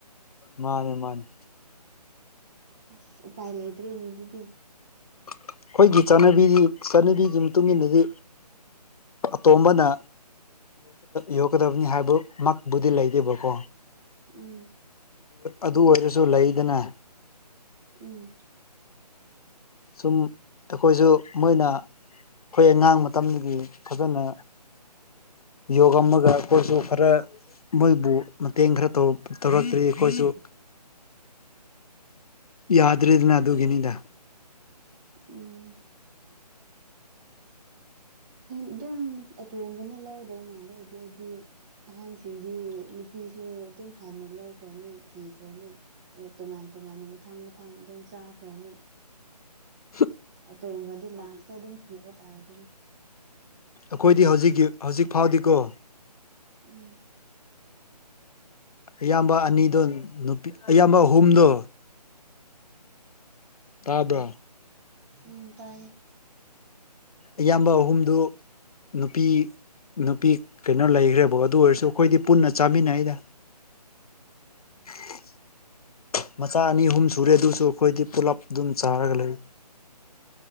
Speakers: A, on the left; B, on the right.
A: ꯃꯥꯅꯦ ꯃꯥꯅꯦ
B: ꯑꯁ ꯎꯄꯥꯏ ꯂꯩꯇ꯭ꯔꯤꯅꯦ ꯑꯗꯨꯗꯤ
A: ꯑꯩꯈꯣꯏꯒꯤ ꯆꯠꯅꯕꯤꯗꯤ ꯆꯠꯅꯕꯤꯒꯤ ꯏꯟꯅꯗꯤ ꯑꯇꯣꯝꯕꯅ ꯌꯣꯛꯀꯗꯕꯅꯤ ꯍꯥꯏꯕꯃꯛꯕꯨꯗꯤ ꯂꯩꯈꯤꯕꯀꯣ
B: ꯎꯝ
A: ꯑꯗꯨ ꯑꯣꯏꯔꯁꯨ ꯂꯩꯗꯅ
B: ꯎꯝ
A: ꯁꯨꯝ ꯑꯩꯈꯣꯏꯁꯨ ꯃꯣꯏꯅ ꯑꯩꯈꯣꯏ ꯑꯉꯥꯡ ꯃꯇꯝꯗꯒꯤ ꯐꯖꯅ ꯌꯣꯒ ꯑꯃꯒ ꯑꯩꯈꯣꯏꯁꯨ ꯈꯔ ꯃꯣꯏꯕꯨ ꯃꯇꯦꯡ ꯈꯔ ꯇꯧꯔꯛꯇ꯭ꯔꯤ ꯑꯩꯈꯣꯏꯁꯨ ꯌꯥꯗ꯭ꯔ ꯑꯗꯨꯅ ꯑꯗꯨꯒꯅꯤꯗ
B: ꯎꯝ ꯑꯗꯨꯝ ꯑꯇꯣꯡꯕꯅ ꯂꯧꯒꯗꯕ ꯃꯥꯜꯂꯦ ꯑꯩꯗꯤ ꯑꯩꯗꯤ ꯑꯍꯟꯁꯤꯡꯗꯤ ꯅꯨꯄꯤ ꯁꯤꯁꯨ ꯑꯗꯨꯝ ꯍꯥꯟꯅ ꯂꯧꯈ꯭ꯔꯅꯤ ꯊꯤꯈ꯭ꯔꯅꯤ ꯑꯗꯨ ꯇꯣꯉꯥꯟ ꯇꯣꯉꯥꯟꯅ ꯃꯊꯥꯡ ꯃꯊꯥꯡ ꯑꯗꯨꯝ ꯆꯥꯈ꯭ꯔꯅꯤ
A: ꯎꯝ
B: ꯑꯇꯣꯕꯗꯤ ꯂꯥꯁꯇ ꯑꯗꯨꯝ ꯊꯤꯕ ꯇꯥꯏ ꯑꯗꯨꯅ
A: ꯑꯩꯈꯣꯏꯗꯤ ꯍꯧꯖꯤꯛꯀꯤ ꯍꯧꯖꯤꯛ ꯐꯥꯎꯗꯤꯀꯣ
B: ꯎꯝ
A: ꯑꯌꯥꯝꯕ ꯑꯅꯤꯗꯣ ꯅꯨꯄꯤ ꯑꯌꯥꯝꯕ ꯑꯍꯨꯝꯗꯣ ꯇꯥꯕ꯭ꯔ
B: ꯎꯝ ꯇꯥꯏꯌꯦ
A: ꯑꯌꯥꯝꯕ ꯑꯍꯨꯝꯗꯨ ꯅꯨꯄꯤ ꯅꯨꯄꯤ ꯀꯩꯅꯣ ꯂꯩꯈ꯭ꯔꯦꯕꯣ ꯑꯗꯨ ꯑꯣꯏꯔꯁꯨ ꯑꯩꯈꯣꯏꯗꯤ ꯄꯨꯟꯅ ꯆꯥꯃꯤꯟꯅꯩꯗ <inaudible> ꯃꯆꯥ ꯑꯅꯤ ꯑꯍꯨꯝ ꯁꯨꯔꯦ ꯑꯗꯨꯁꯨ ꯑꯩꯈꯣꯏꯗꯤ ꯄꯨꯂꯞ ꯑꯗꯨꯝ ꯆꯥꯔꯒ ꯂꯩ